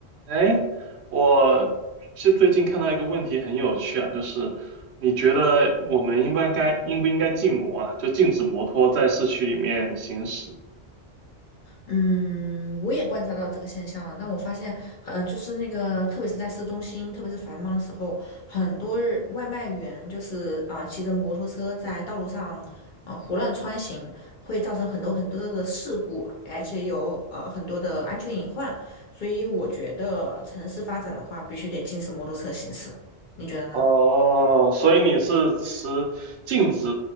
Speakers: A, on the right (about 70°); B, on the left (about 55°).
A: 哎，我是最近看到一个问题很有趣啊，就是你觉得我们应不应该应不应该禁摩啊？就禁止摩托在市区里面行驶。
B: 嗯，我也观察到这个现象了，但我发现，嗯，就是那个，特别是在市中心，特别是繁忙的时候，很多日外卖员就是啊、骑着摩托车在道路上啊、胡乱穿行，会造成很多很多的事故，而且有呃很多的安全隐患。所以我觉得城市发展的话，必须得禁止摩托车行驶，你觉得呢？
A: 哦，所以你是持禁止